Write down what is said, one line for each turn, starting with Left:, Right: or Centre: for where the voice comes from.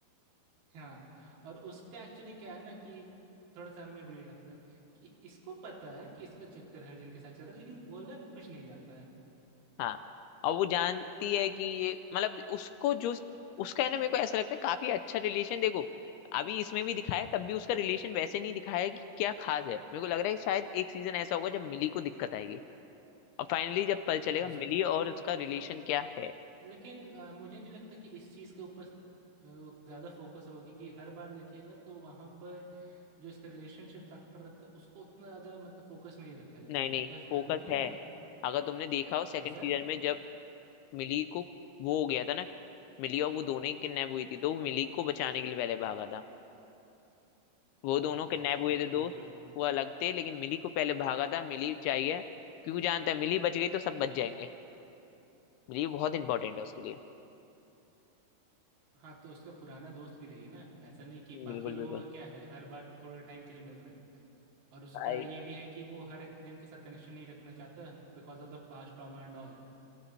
Right: हाँ और उसका एक्चुअली क्या है ना कि थोड़ा सा हमें वीर लगता है कि इसको पता है कि इसका चक्कर हर जन के साथ चल रहा है लेकिन बोल रहा है तो कुछ नहीं जाता है
Left: हाँ और वो जानती है कि ये मतलब उसको जो उसका है ना मेरे को ऐसा लगता है काफी अच्छा रिलेशन देखो अभी इसमें भी दिखाया है, तब भी उसका रिलेशन वैसे नहीं दिखाया है कि क्या खास है मेरे को लग रहा है कि शायद एक सीजन ऐसा होगा जब मिली को दिक्कत आएगी और फाइनली जब पता चलेगा
Right: हो
Left: मिली
Right: सकता
Left: और
Right: है।
Left: उसका रिलेशन क्या है
Right: लेकिन अ, मुझे नहीं लगता कि इस चीज़ के ऊपर अ, ज़्यादा फोकस होगा क्योंकि हर बार देखिएगा तो वहाँ पर जो इसका रिलेशनशिप फैक्टर रहता है उसको उतना ज़्यादा मतलब फोकस में ही रखा जाता
Left: नहीं
Right: है
Left: नहीं
Right: बस डालने
Left: फोकस
Right: के लिए
Left: है
Right: डाल
Left: अगर तुमने देखा हो सेकंड
Right: फोकस है
Left: सीजन में जब मिली को वो हो गया था ना मिली और वो दोनों ही किडनैप हुई थी तो वो मिली को बचाने के लिए पहले भागा था वो दोनों
Right: हाँ ये
Left: किडनैप
Right: चीज़
Left: हुए
Right: तो है
Left: थे
Right: बिल्कुल
Left: दोस्त वो अलग थे लेकिन मिली को पहले भागा था मिली चाहिए क्यों जानता है मिली बच गई तो सब बच जाएंगे मिली बहुत इंपॉर्टेंट है उसके लिए
Right: हाँ तो उसका पुराना दोस्त भी रही है ना ऐसा नहीं कि बाकी
Left: बिल्कुल
Right: लोगों
Left: बिल्कुल
Right: का क्या है हर बार थोड़ा टाइम के लिए मिल रहे हैं और उसका
Left: भाई
Right: ये भी है कि वो हर एक जन के साथ कनेक्शन नहीं रखना चाहता because of the past trauma and all